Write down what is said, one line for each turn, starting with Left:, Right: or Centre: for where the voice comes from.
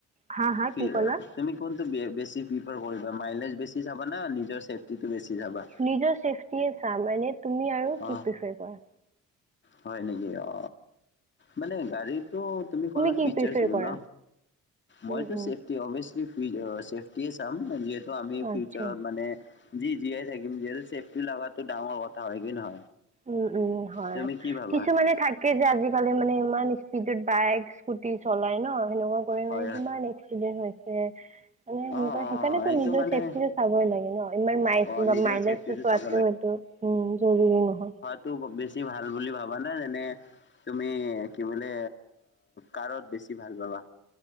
Right: হা হা
Left: ফ
Right: কি ক'লা
Left: তুমি কোনটো বেছি প্ৰিফাৰ কৰিবা মাইলেজ বেছি চাবা না নিজৰ চেফটিটো বেছি চাবা।
Right: নিজৰ চেফটিয় চাম মানে তুমি আৰু
Left: অ
Right: কি প্ৰফাৰ কৰা।
Left: হয় নেকি অ মানে গাড়ীটো। তুমি কলা
Right: কি
Left: ফিচাৰছ
Right: প্ৰিফাৰ কৰা
Left: ন মই।
Right: উম উম
Left: অভিয়াচলি ফি চেফটিয়ে চাম যিহেতু আমি ফিউচাৰত
Right: আচ্ছা
Left: মানে। জি জীয়াই থাকিম যিহেতুছেফটি ল লগাগাতটো ডাঙৰ কথা হয় কি নহয়।
Right: উম, উম হয়
Left: তুমি কি ভাবা
Right: কিছুমানে থাক। তাক যে আজিকালি মানে ইমান স্পীডত বাইক স্কুটি চলাই ন সেনেকুৱা। কৰি
Left: হয়
Right: মানে কিমান এক্সিডেণ্ট হৈছে। মানে সেনেুৱা
Left: অ অ
Right: সেইকাৰণেেতো
Left: সেইটো
Right: নিজৰ
Left: মানে
Right: চেফটিটো চাবই লাগে ন ইমান
Left: অ
Right: ম
Left: নিজৰ
Right: মাইলেজ
Left: চেফটিটো
Right: টো চোৱো
Left: চাব
Right: হ'ল। উম জৰুৰী নহয়।
Left: টো বেছি ভাল বুলি ভাবা নাই যেনে। তুমি কি বোলে কাৰত বেছি ভাল পাবা।